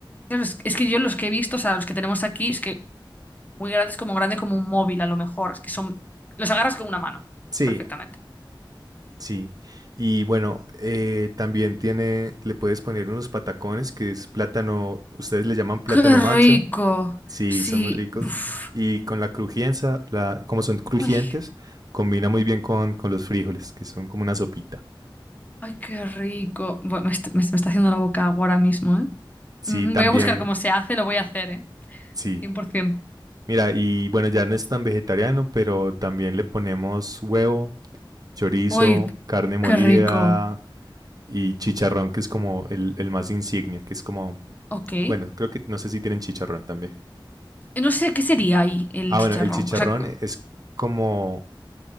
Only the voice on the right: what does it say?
Sí,
sí. Y bueno, eh, también tiene, le puedes poner unos patacones que es plátano, ustedes le llaman plátano
macho.
Sí,
son muy ricos.
Y con la crujienza, la, como son crujientes,
combina muy bien con, con los frijoles, que son como una sopita.
Sí,
también,
sí.
Mira, y bueno, ya no es tan vegetariano, pero también le ponemos huevo, chorizo,
carne molida
y chicharrón, que es como el, el más insignia, que es como
Bueno, creo que no sé si tienen chicharrón también.
Ah,
bueno, el chicharrón
es como